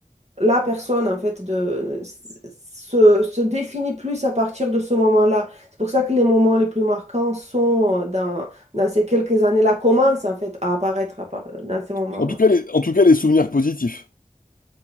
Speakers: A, on the right (about 50°); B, on the left (about 80°).
A: la personne, en fait, de, se, se définit plus à partir de ce moment-là. C'est pour ça que les moments les plus marquants sont euh, dans, dans ces quelques années-là, commencent, en fait, à apparaître à par- dans ces moments.
B: En tout cas, les, en tout cas, les souvenirs positifs.